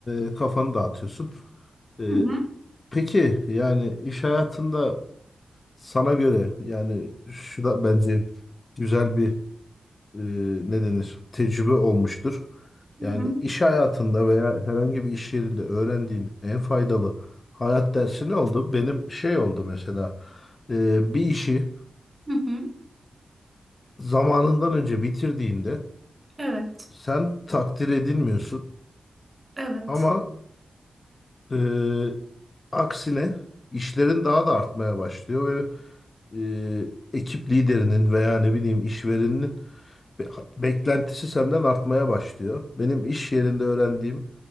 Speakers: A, on the left; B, on the right.
A: e, kafanı dağıtıyorsun. E,
B: hı,
A: peki yani iş hayatında sana göre yani şu da bence güzel bir e, ne denir tecrübe olmuştur.
B: hı
A: Yani
B: hı,
A: iş hayatında veya herhangi bir iş yerinde öğrendiğin en faydalı hayat dersi ne oldu? Benim şey oldu mesela e, bir işi
B: hı hı.
A: zamanından önce bitirdiğinde
B: Evet,
A: sen takdir edilmiyorsun.
B: evet,
A: Ama Ee, aksine işlerin daha da artmaya başlıyor ve e, ekip liderinin veya ne bileyim işverenin be- beklentisi senden artmaya başlıyor. Benim iş yerinde öğrendiğim